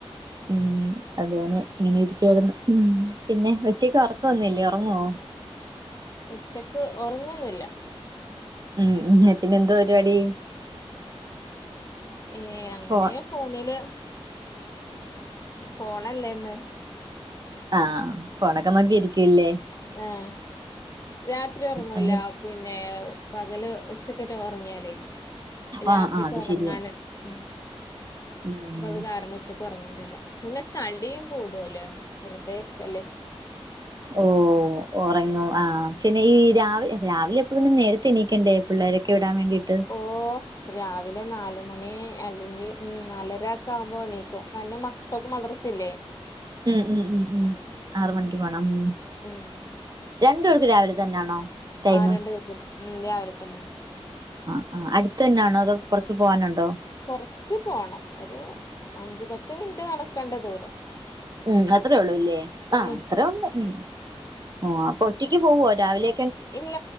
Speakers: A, on the right; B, on the left.
A: ഉം അതന്നെ ഇങ്ങനെ ഇരിക്കായിരുന്നു ഉം പിന്നെ ഉച്ചക്ക് ഒറ ക്ക ഒന്നുല്യ. ഉറങ്ങുവോ?
B: ഉച്ചക്ക് ഉറങ്ങൊന്നില്ല.
A: ഉം ഉം പിന്നെ എന്തുവാ പരിപാടി
B: ഏ അങ്ങനെ
A: ഫോൺ
B: ഫോണില്, ഫോണല്ലേന്ന്
A: ആ.. ഫോണൊക്കെ നോക്കി ഇരിക്കൂല്ലേ?
B: ആഹ്.. രാത്രി ഉറങ്ങൂലാപ്
A: അനി
B: പിന്നെ.. പകല് ഉച്ചക്കറ്റെ ഉറങ്ങിയാല് രാത്രിക്ക്
A: ആഹ് ആഹ് അത്
B: ഉറങ്ങാൻ..
A: ശരിയാ
B: ഉം,
A: ഉം
B: അപ്പൊ അത് കാരണം ഉച്ചക്ക് ഉറങ്ങണ്ടല്ല, പിന്നെ കള്ളീം കൂടുല്ലോ, വെറ്തെരി ക്കല്ലേ.
A: ഓ.. ഉറങ്ങു ആ.. പിന്നെ ഈ രാവി രാവിലെപ്പൊഴും പിന്നെ നേരത്തെ എണീക്കണ്ടേ? പിള്ളേരൊക്കെ വിടാ ൻ വേണ്ടിയിട്ട്.
B: ഓ.. ഹ് രാവിലെ നാലുമണി, അല്ലെങ്കിൽ ഉം നലരക്കാകുമ്പോ എണീക്കും, കാരണം മ പ്പൊവൾക്ക് മദ്രസില്ലേ?
A: ഉം ഉം ഉം ഉം, ആറ് മണിക്ക് പോണം. ഉ..
B: ഉം
A: രണ്ടു പേർക്കു രാവിലെ തന്നെയാണോ? ടൈം
B: ആ് രണ്ടുേർക്ക് ഉം രാവിലെ തന്നെ.
A: അ ആ്, അടുത്തെന്നെയാണോ? അതൊ കൊറച്ച് പോകാനുണ്ടോ?
B: കൊറച്ച് പോണം, ഒരു അഞ്ചു പത്ത് മിനിറ്റ് നടക്കേണ്ട ദൂരം.
A: ഉം അത്രേ ഉള്ളൂല്ലേ, ആ
B: ഉം
A: അത്രേ ഉള്ളൂ, ഉം ഓ അപ്പൊ ഒറ്റക്ക് പോവോ രാവിലെ?
B: ഇല്ല,